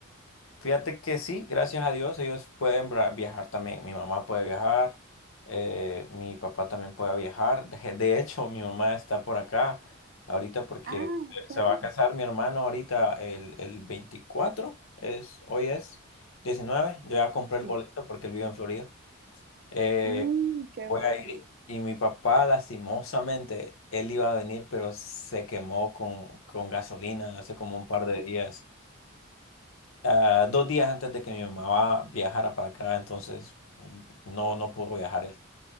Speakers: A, on the left; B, on the right.
A: Fíjate que sí, gracias a Dios, ellos pueden bra- viajar también. Mi mamá puede viajar, eh, mi papá también puede viajar. De, de hecho, mi mamá está por acá ahorita porque
B: Ah,
A: se
B: ok.
A: se va a casar mi hermano ahorita el, el 24 es, hoy es 19. Yo ya compré el
B: Sí.
A: boleto porque él vive en Florida. Eh,
B: Mm, qué
A: voy
B: bueno.
A: a ir y mi papá, lastimosamente, él iba a venir, pero se quemó con, con gasolina hace como un par de días ah, dos días antes de que mi mamá va- viajara para acá, entonces mm, no, no pudo viajar él.